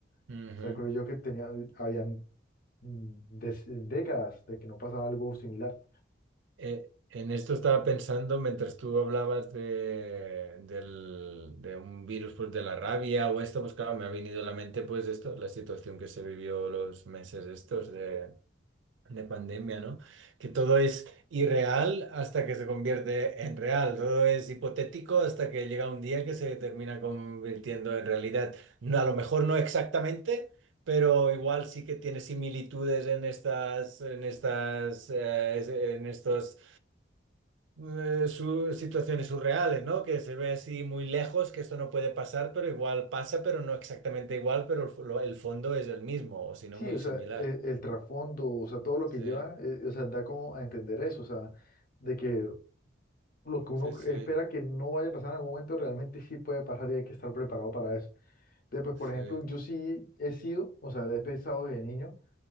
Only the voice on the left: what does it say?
O sea, creo yo que tenía, habían mm, des- décadas de que no pasaba algo similar.
Sí,
o sea,
e- el, trasfondo, o sea, todo lo
que lleva, eh, o sea, da como a entender eso, o sea, de que lo que uno
espera que no vaya a pasar en algún momento realmente sí puede pasar y hay que estar preparado para eso. Entonces, pues, por ejemplo,
yo sí he sido, o sea, he pensado desde niño